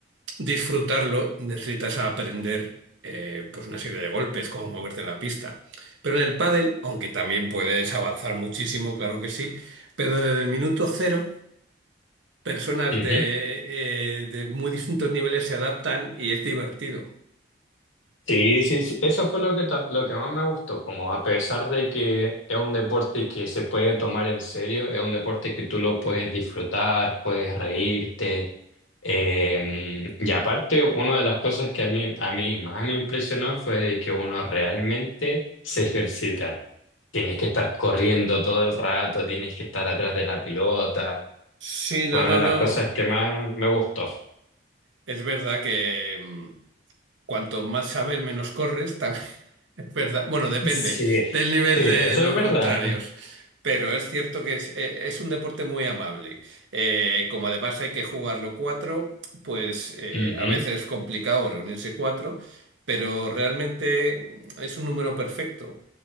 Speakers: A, on the right (about 75°); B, on the left (about 85°).
A: disfrutarlo, necesitas aprender eh, pues una serie de golpes, cómo moverte en la pista. Pero en el pádel, aunque también puedes avanzar muchísimo, claro que sí, pero desde el minuto cero, personas
B: ujú.
A: de, eh, de muy distintos niveles se adaptan y es divertido.
B: Sí, sí, sí, Eso fue lo que, ta- lo que más me gustó, como a pesar de que es un deporte que se puede tomar en serio, es un deporte que tú lo puedes disfrutar, puedes reírte. eh, y aparte, una de las cosas que a mí, a mí más me impresionó fue de que uno realmente se ejercita. Tienes que estar corriendo todo el rato, tienes que estar atrás de la pelota.
A: Sí, no,
B: Fue una
A: no,
B: de las
A: no.
B: cosas que más me gustó.
A: Es verdad que mm, cuanto más sabes, menos corres. <laughs> tam- Es verdad. Bueno,
B: <laughs>
A: depende
B: Sí, sí,
A: del nivel
B: eso
A: de los
B: es verdad.
A: contrarios. Pero es cierto que es, eh, es un deporte muy amable. Eh, como además hay que jugarlo cuatro, pues eh,
B: Ujú.
A: a veces es complicado reunirse cuatro, pero realmente es un número perfecto,